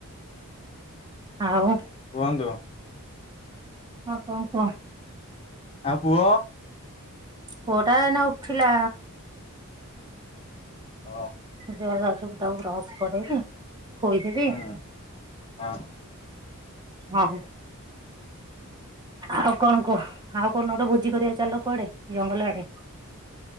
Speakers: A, on the right; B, on the left.
A: ଆଉ
B: କୁହନ୍ତୁ।
A: ହଁ କଣ କୁହ?
B: ଆଉ ପୁଅ
A: ପୁଅଟା ଏଇନା ଉଠିଲା।
B: ଅ
A: ଯା ଯାଉଚି ମୁଁ ତାକୁ ବ୍ରସ୍ କରେଇବି ଖୋଇଦେବି
B: ହୁଁ ଅଁ।
A: ହଁ। ଆଉ କଣ କୁହ ଆଉ କଉ ଦିନ ଗୋଟେ ଭୋଜି କରିବା ଚାଲ କୁଆଡେ ଜଙ୍ଗଲ ଆଡେ।